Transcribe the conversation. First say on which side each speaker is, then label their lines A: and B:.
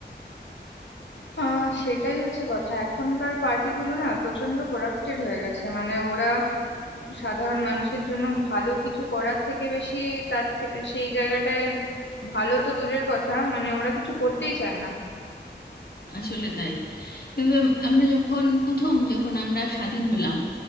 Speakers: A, on the left (about 80°); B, on the left (about 55°).
A: আহ সেটাই হচ্ছে কথা এখনকার পার্টিগুলো না প্রচন্ড করাপ্টেড হয়ে গেছে মানে ওরা সাধারণ মানুষের জন্য ভালো কিছু করার থেকে বেশি তার থে- সেই জায়গাটায় ভালো তো দূরের কথা মানে ওরা কিছু করতেই চায় না
B: আসলে তাই কিন্তু আম- আমরা যখন প্রথম যখন আমরা স্বাধীন হলাম